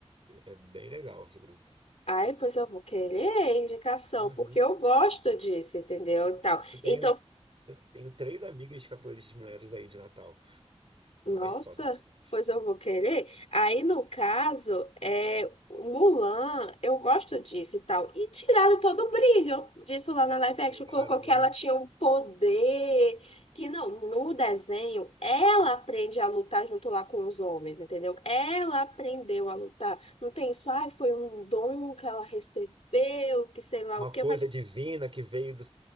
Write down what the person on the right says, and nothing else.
É bem legal esse grupo.
Uhum.
Eu tenho,
eu tenho três amigas capoeiristas mulheres aí de Natal. São
bem fodas. essas mulheres.
Tiraram,
né?
Uma
coisa
divina que veio do.